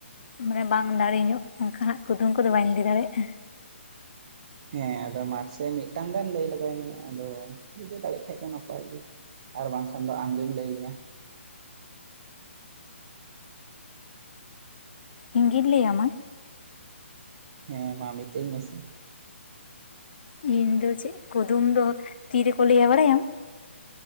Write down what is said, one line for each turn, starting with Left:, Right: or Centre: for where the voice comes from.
Left: ᱢᱟᱱᱮ ᱵᱟᱝ ᱫᱟᱲᱮ ᱧᱚᱜ ᱚᱱᱠᱟᱱᱟᱜ ᱠᱩᱫᱩᱢ ᱠᱚᱫᱚ ᱵᱟᱹᱧ ᱞᱟᱹᱭ ᱫᱟᱲᱮᱭᱟᱜ-ᱟ᱾
Right: ᱦᱮᱸ ᱟᱫᱚ ᱢᱟᱥᱮ ᱢᱤᱫᱴᱟᱝ ᱜᱟᱱ ᱞᱟᱹᱭ ᱞᱮᱟᱜᱟᱭ ᱢᱮ ᱟᱫᱚ? ᱡᱩᱫᱤ ᱫᱟᱲᱮᱜ ᱠᱷᱟᱡ ᱫᱚ ᱱᱟᱯᱟᱭ ᱜᱮ ᱟᱨ ᱵᱟᱝᱠᱷᱟᱱ ᱫᱚ ᱟᱢᱜᱮᱢ ᱞᱟᱹᱭᱟᱹᱧᱟ
Left: ᱤᱧᱜᱤᱧ ᱞᱟᱹᱭ ᱟᱢᱟ?
Right: ᱦᱮᱸ ᱢᱟ ᱢᱤᱛᱟᱹᱧ ᱢᱮᱥᱮ
Left: ᱤᱧ ᱫᱚ ᱪᱮᱫ ᱠᱩᱫᱩᱢ ᱫᱚ ᱛᱤᱨᱮᱠᱚ ᱞᱟᱹᱭ ᱟ ᱵᱟᱲᱟᱭᱟᱢ?